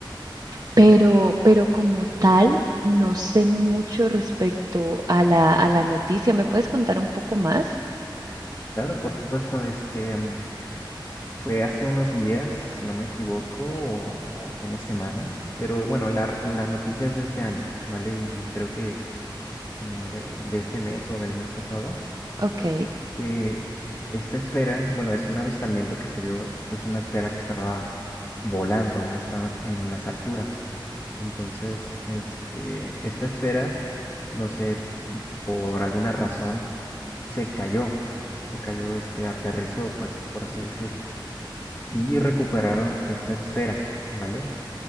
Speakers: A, on the right; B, on the left.
A: Pero, pero como tal, no sé mucho respecto a la, a la noticia. ¿Me puedes contar un poco más?
B: Claro, por supuesto, este, mm, Fue hace unos días, si no me equivoco, o, o tiene semanas, pero bueno, la, la noticia es de este año, ¿vale? Y creo que como de, de este mes o del mes pasado,
A: Ok.
B: que esta esfera, bueno, es un avistamiento que se vio, es una esfera que estaba volando, no estaba en las alturas. Entonces, este, esta esfera, no sé, por alguna razón, se cayó, se cayó, este, aterrizó, pues, por así decirlo. y recuperaron esta esfera, ¿vale?